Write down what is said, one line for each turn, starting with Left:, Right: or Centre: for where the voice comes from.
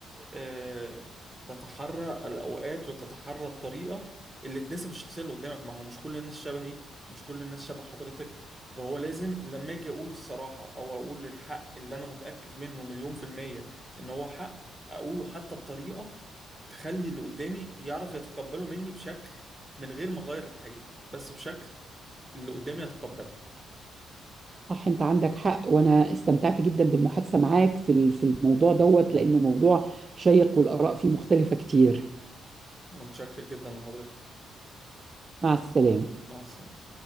Centre: آه، تتحرى الاوقات وتتحرى الطريقة اللي تناسب الشخصية اللي قدامك ما هو مش كل الناس شبهي مش كل الناس شبه حضرتك فهو لازم لما اجي اقول الصراحة او اقول الحق اللي انا متأكد منه مليون في المية ان هو حق اقوله حتى بطريقة تخلي اللي قدامي يعرف يتقبله مني بشكل من غير ما اغير الحقيقة بس بشكل اللي قدامي يتقبله
Right: صح انت عندك حق وانا استمتعت جدا بالمحادثه معاك في ال- في الموضوع دوت لانه موضوع شيق والاراء فيه مختلفه كتير
Centre: متشكر جدا لحضرتك
Right: مع السلامه
Centre: مع السلامة